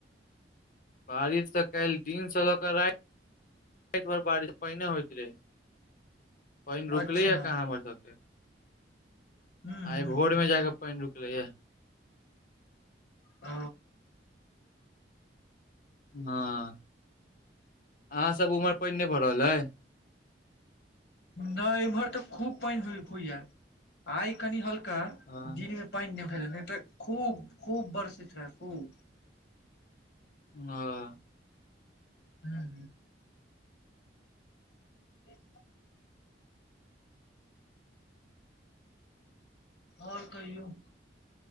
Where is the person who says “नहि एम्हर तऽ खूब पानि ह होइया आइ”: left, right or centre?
Left